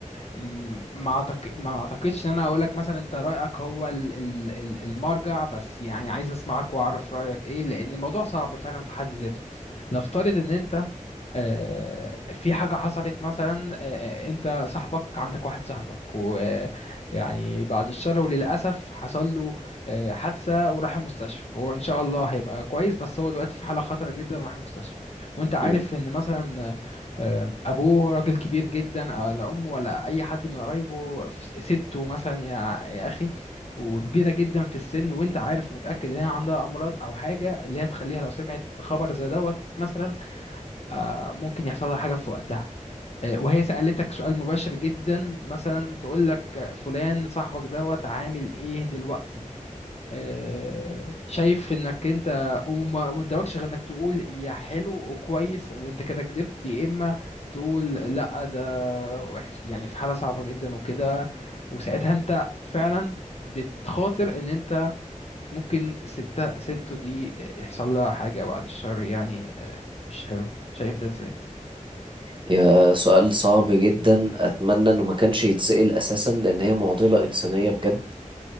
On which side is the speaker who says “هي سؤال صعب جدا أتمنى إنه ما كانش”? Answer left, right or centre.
Right